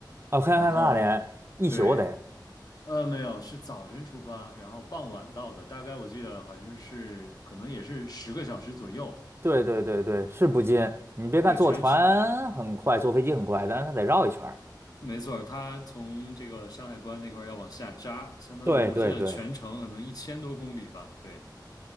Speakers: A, on the right (about 30°); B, on the left (about 55°).
A: 哦，黑暗大连一宿得。
B: 然后对，呃，没有，是早晨出发，然后傍晚到的，大概我记得好像是可能也是十个小时左右。
A: 对对对对，是不近。你别看坐船很快，
B: 对，全
A: 坐飞机很快，但是它得绕一圈儿。
B: 没错儿，它从这个山海关那块儿要往下扎，相当于我记得全程可能一千多公里吧，
A: 对对对，
B: 对。